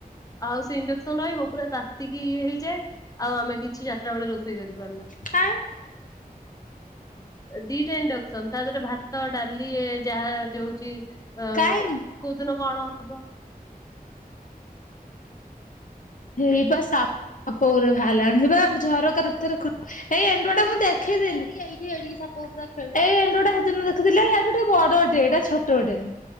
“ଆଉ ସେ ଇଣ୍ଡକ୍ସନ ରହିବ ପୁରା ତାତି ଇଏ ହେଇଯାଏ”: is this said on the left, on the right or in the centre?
Left